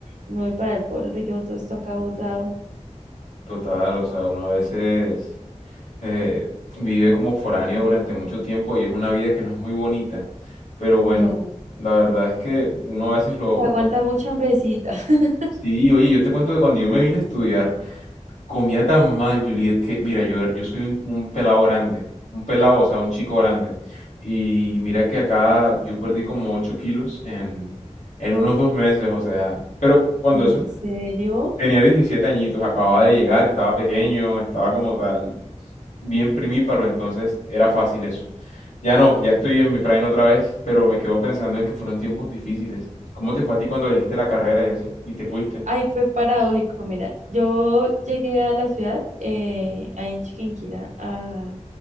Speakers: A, on the right; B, on the left.
A: me voy para el pueblo y tengo todo esto acá botado.
B: Total, o sea, uno a veces eh, vive como foráneo durante mucho tiempo y es una vida que no es muy bonita. Pero bueno,
A: No.
B: la verdad es que uno a veces lo,
A: Se aguanta
B: lo-
A: mucha hambrecita. <laughs>
B: Sí, oye, yo te cuento que cuando yo me vine a estudiar, comía tan mal, Juliet, que mira, yo, era- yo soy un, un pelado grande, un pelado, o sea, un chico grande. Y mira que acá yo perdí como 8 kilos en, en unos dos meses, o sea, pero cuando
A: Ay,
B: eso
A: ¿en
B: est-
A: serio?
B: tenía 17 añitos, acababa de llegar, estaba pequeño, estaba como tal bien primíparo, entonces era fácil eso. Ya no, ya estoy en mi prime otra vez, pero me quedo pensando en que fueron tiempos difíciles. ¿Cómo te fue a ti cuando elegiste la carrera y así? Y te fuiste.
A: Ay, fue paradójico. Mira, yo llegué a la ciudad, eh, ahí en Chiquinquirá, a-